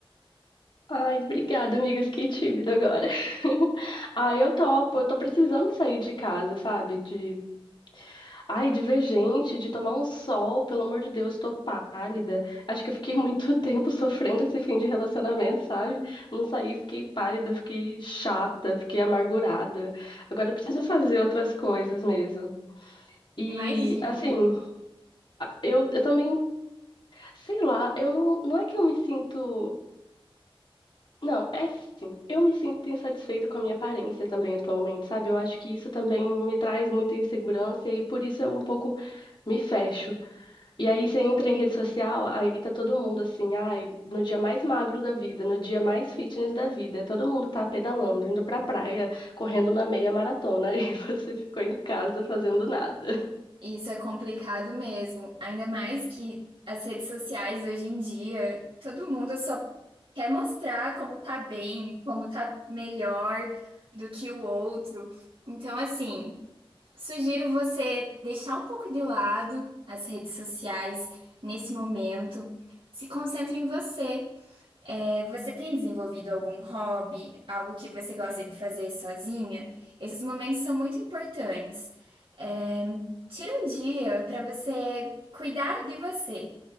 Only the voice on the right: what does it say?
Imagina.
Isso é complicado mesmo. Ainda mais que as redes sociais hoje em dia, todo mundo só quer mostrar como tá bem, como tá melhor do que o outro. Então, assim, sugiro você deixar um pouco de lado as redes sociais nesse momento. Se concentre em você. É, você tem desenvolvido algum hobby, algo que você gosta de fazer sozinha? Esses momentos são muito importantes. É, tira um dia para você cuidar de você.